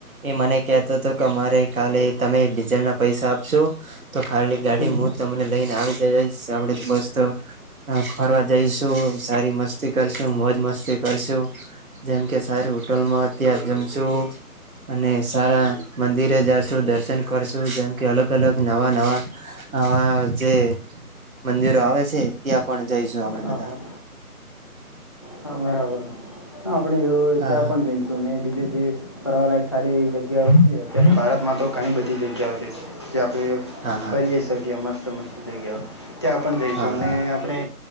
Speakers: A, on the right; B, on the left.
A: એ મને કતો હતો કે અમારે કાલે તમે ડીઝલ ના પૈસા આપશો. તો ખાલી ગાડી
B: હમ.
A: હું તમને લઈને આવી. જઈશ આપડે <unintelligible> ફરવા જઈશુ. સારી મસ્તી કરશુ મોજ મસ્તી કરશું જેમ કે સારી હોટલમાં <unintelligible> જમશુ. અને સારા મંદિરે જશુ દર્શન કરશું જેમ કે અલગ અલગ નવા નવા. હ જે મંદિરો આવે છે, ત્યાં પણ જઈશું આપડે
B: હા
A: બધા.
B: હા હા બરાબર આપણે <unintelligible>
A: હા
B: ત્યાં પણ જઈશું અને બીજે જે ફરવા લયક સારી જગ્યા ભારતમાં તો ઘણી બધી જગ્યાઓ છે, જે આપણે
A: હા હા
B: ફરીએ શકીએમ. સમસ્ત <unintelligible> ત્યાં પણ જઈશું
A: હા
B: અને
A: હા
B: આપણે.